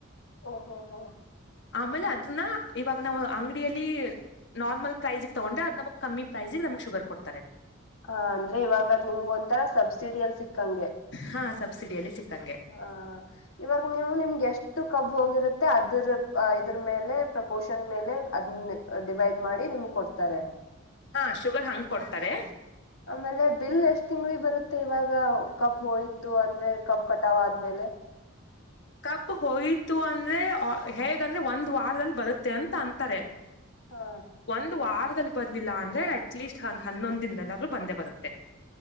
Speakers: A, on the left (about 85°); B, on the left (about 55°).
A: ಓಹೋ ಹೋ
B: ಆಮೇಲೆ ಅದನ್ನ ಇವಾಗ ನಾವು ಅಂಗಡಿಯಲ್ಲಿ ನಾರ್ಮಲ್ ಪ್ರೈಸ್ಗ್ ತಗೊಂಡ್ರೆ ಅದ್ ನಮಗೆ ಕಮ್ಮಿ ಪ್ರೈಸ್ಗೆ ನಮ್ಗ್ ಶುಗರ್ ಕೊಡ್ತಾರೆ
A: ಹ ಅಂದ್ರೆ ಇವಾಗಾದ್ ನಿಮ್ಗ್ ಒಂತರಾ ಸಬ್ಸಿಡಿ ಅಲ್ಲಿ ಸಿಕ್ಕಂಗೆ
B: ಹಾ ಸಬ್ಸಿಡಿಯಲ್ಲಿ ಸಿಕ್ಕಂಗೆ
A: ಹ ಇವಾಗ ನೀವು ನಿಮ್ಗೆ ಎಷ್ಟು ಕಬ್ ಹೋಗಿರತ್ತೆ ಅದ್ರ ಇದ್ರ ಮೇಲೆ ಪ್ರಪೋಷನ್ ಮೇಲೆ ಅದ ಡಿವೈಡ್ ಮಾಡಿ ನಿಮ್ಗೆ ಕೊಡ್ತಾರೆ
B: ಹಾ ಶುಗರ್ ಹಂಗ್ ಕೊಡ್ತಾರೆ
A: ಆಮೇಲೆ ಬಿಲ್ ಎಷ್ಟ್ ತಿಂಗಳಿಗೆ ಬರುತ್ತೆ ಇವಾಗ ಕಬ್ ಹೋಯ್ತು ಅಂದ್ರೆ ಕಬ್ ಕಟಾವ ಆದ್ಮೇಲೆ
B: ಕಬ್ ಹೋಯತು ಅಂದ್ರೆ ಹೇಗಂದ್ರೆ ಒಂದ್ ವಾರದಲ್ಲಿ ಬರುತ್ತೆ ಅಂತ ಅಂತಾರೆ
A: ಹಾ
B: ಒಂದ್ ವಾರದಲ್ಲಿ ಬರ್ಲಿಲ್ಲ ಅಂದ್ರೆ ಅಟ್ಲೀಸ್ಟ್ ಒಂದು ಹನ್ನೊಂದ ದಿನದಲ್ಲಿ ಆದ್ರೂ ಬಂದೇ ಬರುತ್ತೆ